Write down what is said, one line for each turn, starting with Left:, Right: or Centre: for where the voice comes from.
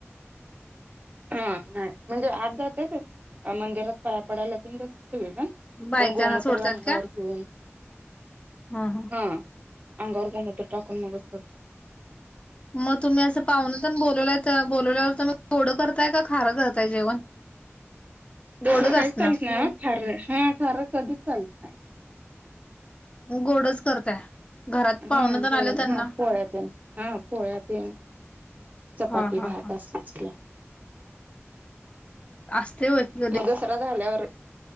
Right: हा नाही म्हणजे आत जात्यात मंदिरात पाया पडायला तेन जात्यात सगळी जण
Left: बायकांना
Right: पण गोमूत्र
Left: सोडतात
Right: अंगावर
Left: का?
Right: घेऊन
Left: हा हा
Right: हा अंगावर गोमूत्र टाकून मग <inaudible>
Left: म तुम्ही असं पाहून तेन बोलवलायत बोलवल्यावर तुम्ही गोडं करताय का खारं करताय जेवण
Right: तसलं
Left: गोडच
Right: काहीच
Left: असणार
Right: चालत नाय व्हय खार हा खारं कधीच चालत नाही
Left: मग गोडच करताय घरात पाहुणं
Right: हा
Left: तेन
Right: जेवण
Left: आलं त्यांना
Right: हा पोळ्या तेन हा पोळ्या तेन चपाती
Left: हा हा
Right: भात
Left: हा
Right: असलच की
Left: असय व्हय की
Right: म दसरा झाल्यावर